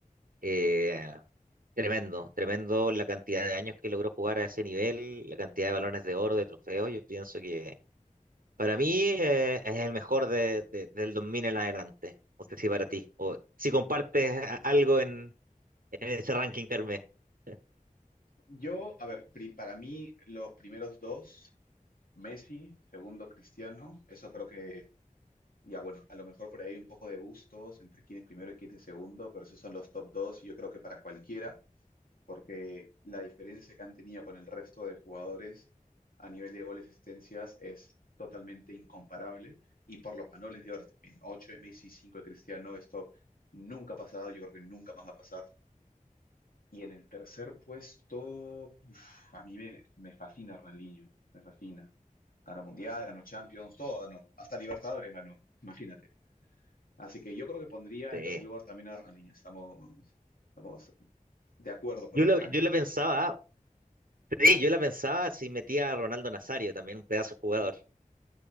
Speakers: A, on the right; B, on the left.
A: Eh, tremendo, tremendo la cantidad de años que logró jugar a ese nivel, la cantidad de balones de oro, de trofeos. Yo pienso que para mí eh, es el mejor de, de- del 2000 en adelante. No sé si para ti, o si compartes a- algo en, en ese ranking, Carmen. <laughs>
B: Yo, a ver, pri- para mí los primeros dos, Messi, segundo Cristiano, eso creo que, ya bueno, a lo mejor por ahí un poco de gustos entre quién es primero y quién es segundo, pero esos son los top dos y yo creo que para cualquiera. porque la diferencia que han tenido con el resto de jugadores a nivel de goles y asistencias es totalmente incomparable y por los manoles de horas también. 8 de Messi, 5 de Cristiano, esto nunca ha pasado, yo creo que nunca más va a pasar. Y en el tercer puesto, uf, a mí me, me fascina Ronaldinho, me fascina. Ganó Mundial, ganó Champions, todo ganó, hasta Libertadores ganó, imagínate. Así que yo creo que pondría
A: Sí.
B: en tercer lugar también a Ronaldinho, estamos, estamos de acuerdo con
A: Yo
B: el
A: lo,
B: ranking.
A: yo lo pensaba, sí, yo la pensaba si metía a Ronaldo Nazario, también un pedazo de jugador.